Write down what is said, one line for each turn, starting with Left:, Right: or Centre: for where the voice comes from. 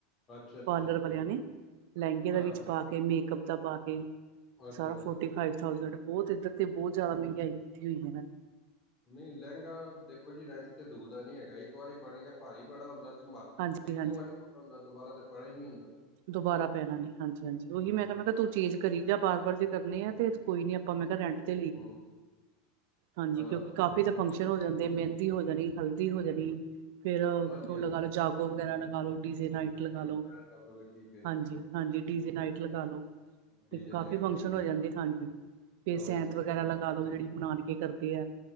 Left: ਅੱਛਾ, ਅੱਛਾ
Right: ਪਾਰਲਰ
Left: ਜੀ।
Right: ਵਾਲਿਆਂ ਨੇ ਲਹਿੰਗੇ ਦਾ
Left: ਹਾਂ,
Right: ਵਿੱਚ
Left: ਹਾਂ।
Right: ਪਾ ਕੇ ਮੇਕਅਪ ਦਾ ਪਾ ਕੇ,
Left: ਅੱਛਾ,
Right: ਸਾਰਾ
Left: ਅੱਛਾ,
Right: ਫੋਰਟੀ
Left: ਅੱਛਾ।
Right: ਫਾਈਵ ਥਾਓਜੇਡ, ਬਹੁਤ ਇਧਰ ਤੇ ਬਹੁਤ ਜ਼ਿਆਦਾ ਮਹਿੰਗਾਈ। ਹੋਗੀ ਐ।
Left: ਨਹੀਂ, ਲਹਿੰਗਾ ਦੇਖੋ ਜੀ, ਰੈਂਟ ਤੇ ਦੁਖਦਾ ਨੀ ਹੈਗਾ ਇੱਕ ਵਾਰੀ ਬਣ ਗਿਆ ਭਾਰੀ ਬੜਾ ਹੁੰਦਾ।
Right: ਹਾਂਜੀ
Left: ਇੱਕੋ
Right: ਹਾਂਜੀ
Left: ਵਾਰੀ ਹੁੰਦਾ ਦੁਬਾਰਾ ਤੇ ਪੜ੍ਹਾ ਹੀ ਨੀ ਹੁੰਦਾ।
Right: ਦੁਬਾਰਾ ਪੈਣਾ ਨੇ ਹਾਂਜੀ-ਹਾਂਜੀ, ਉਹੀ
Left: ਹੂੰ,
Right: ਮੈਂ ਕਿਹਾ ਮੈਂ ਕਿਹਾ ਤੂੰ ਚੇਂਜ ਕਰੀ ਜਾ ਬਾਰ-ਥਾਰ ਜੇ ਕਰਨੇ ਆ ਤੇ ਕੋਈ ਨੀ ਆਪਾਂ ਮੈਂ ਕਿਹਾ ਰੈਂਟ
Left: ਹੂੰ।
Right: ਹਾਂਜੀ
Left: ਹਾਂ,
Right: ਕਿਉਂਕਿ
Left: ਹਾਂ।
Right: ਕਾਫੀ ਤਾਂ ਫੰਕਸ਼ਨ ਹੋ ਜਾਂਦੇ ਮਹਿੰਦੀ ਹੋ ਜਾਣੀ ਹਲਦੀ ਹੋ ਜਾਣੀ ਫੇਰ ਉਹ
Left: ਹਾਂਜੀ,
Right: ਲਗਾ ਜਾਗੂ ਵਗੈਰਾ ਲਗਾ ਲੋ ਡੀਜ਼ੇ ਨਾਈਟ ਲਗਾ ਲੋ,
Left: ਕ ਤੋਂਗੇ ਠੀਕ ਹੈ, ਜੀ,
Right: ਹਾਂਜੀ-ਹਾਂਜੀ
Left: ਠੀਕ ਹੈ।
Right: ਡੀਜ਼ੇ ਨਾਈਟ ਲਗਾ ਲੋ,
Left: ਡੀਜੇ
Right: ਤੇ ਕਾਫੀ
Left: ਨਾਈਟ
Right: ਫੰਕਸ਼ਨ
Left: ਗਈ
Right: ਹੋ ਜਾਂਦੇ, ਹਾਂਜੀ ਫ
Left: ਹਾਂਜੀ
Right: ਸੈਂਤ
Left: ਹਾਂਜੀ
Right: ਵਗੈਰਾ ਲਗਾ ਲੋ ਜਿਹੜੀ ਬਨਾਨ ਕੇ, ਕਰਦੇ ਆ।